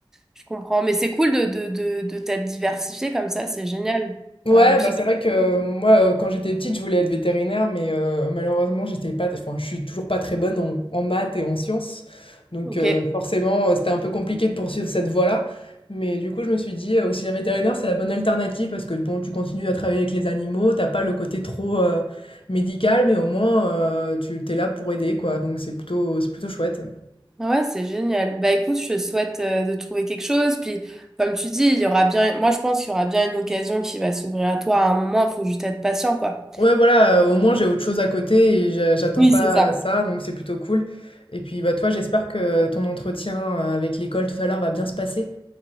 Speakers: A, in the centre; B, on the left (about 80°).
A: je comprends. Mais c'est cool de, de, de, de t'être diversifié comme ça, c'est génial.
B: Ouais,
A: Euh, puis-
B: bah, c'est vrai que euh,
A: <laughs>
B: moi, euh, quand j'étais petite, je voulais être vétérinaire, mais euh, malheureusement, j'étais pas, enfin, je suis toujours pas très bonne en, en maths et en sciences. Donc,
A: ok,
B: euh, forcément, euh, c'était un peu compliqué de poursuivre cette voie-là. Mais du coup, je me suis dit, euh, auxiliaire vétérinaire, c'est la bonne alternative parce que bon, tu continues à travailler avec les animaux, t'as pas le côté trop euh, médical, mais au moins, euh, tu t'es là pour aider, quoi. Donc, c'est plutôt, c'est plutôt chouette.
A: ouais, c'est génial. Bah écoute, je te souhaite euh, de trouver quelque chose. Puis comme tu dis, il y aura bien, moi je pense qu'il y aura bien une occasion qui va s'ouvrir à toi à un moment, il faut juste être patient, quoi.
B: Ouais, voilà, euh, au moins j'ai autre chose à côté et j'a- j'attends
A: Oui,
B: pas
A: c'est ça.
B: ça, donc c'est plutôt cool. Et puis bah toi, j'espère que ton entretien euh, avec l'école tout à l'heure va bien se passer.